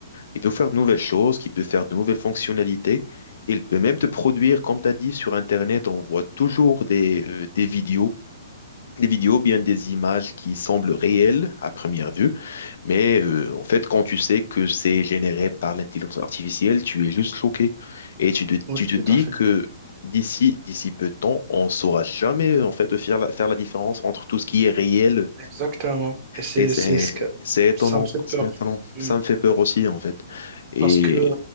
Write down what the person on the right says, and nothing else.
oui,
tout
à fait.
Exactement. Et c'est,
c'est ce que
ça me fait
peur.
Mm.
Parce que, euh,